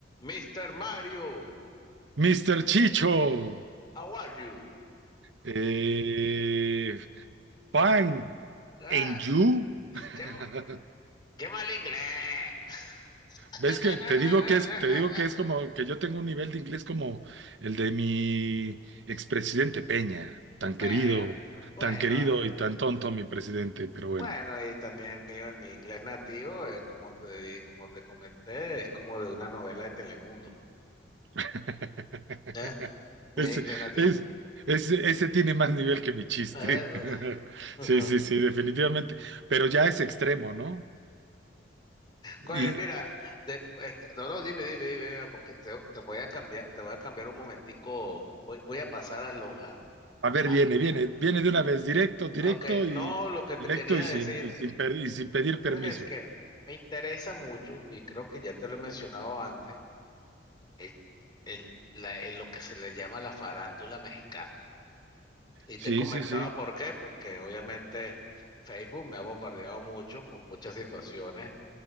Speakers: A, on the left; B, on the right.
A: Mr. Mario,
B: Mr. Chicho,
A: how are you?
B: eh,
A: <laughs>
B: Fine
A: Ah,
B: and you. <laughs>
A: qué, qué mal inglés. <laughs>
B: ¿Ves que te digo que es, te digo que es como que yo tengo un nivel de inglés como el de mi expresidente Peña, tan
A: Bueno,
B: querido,
A: bueno,
B: tan querido
A: eh,
B: y tan tonto mi presidente, pero bueno.
A: bueno, y también el mío, el mi inglés nativo, es como te di, como te comenté, es como de una novela de Telemundo.
B: <laughs>
A: ¿Eh? Mi
B: Ese,
A: inglés nativo.
B: es- ese, ese tiene más nivel que mi chiste.
A: Eh, eso,
B: <laughs>
A: eso. Ujú.
B: Sí, sí, sí, definitivamente. Pero ya es extremo, ¿no?
A: Oye,
B: Y
A: <laughs> mira, de- este, no, no, dime, dime, dime, porque te, te voy a cambiar, te voy a cambiar un momentico, voy, voy a pasar a lo, a,
B: A ver,
A: a,
B: viene, viene, viene de una vez, directo, directo
A: Ok, no,
B: y
A: lo que te
B: directo
A: quería
B: y sin,
A: decir,
B: y sin, per- y sin pedir
A: lo que
B: permiso.
A: te quería decir que me interesa mucho, y creo que ya te lo he mencionado antes, el, el- la- el- lo que se le llama la farándula mexicana. Y
B: Sí,
A: te comentaba
B: sí, sí,
A: por qué, porque obviamente Facebook me ha bombardeado mucho con muchas situaciones